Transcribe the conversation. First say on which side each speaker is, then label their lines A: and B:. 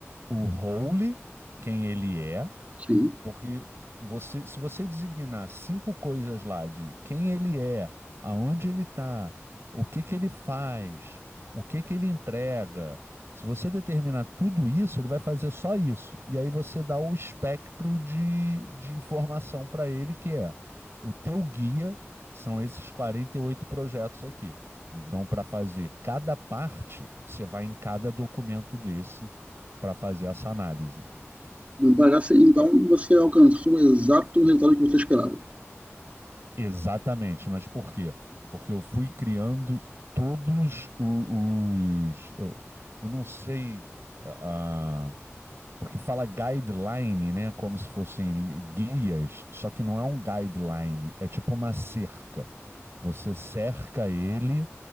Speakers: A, on the right; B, on the right.
A: o role, quem ele é,
B: sim.
A: porque você, se você designar cinco coisas lá de quem ele é, aonde ele está, o que que ele faz, o que que ele entrega, se você determinar tudo isso, ele vai fazer só isso. E aí você dá o espectro de, de informação para ele, que é o teu guia são esses 48 projetos aqui. Então, para fazer cada parte, você vai em cada documento desse para fazer essa análise.
B: Parece, então você alcançou o exato resultado que você esperava.
A: Exatamente, mas por quê? Porque eu fui criando todos o- os. Eu, eu não sei. ah, ah, porque fala guideline, né? Como se fossem li- guias, só que não é um guideline, é tipo uma cerca. Você cerca ele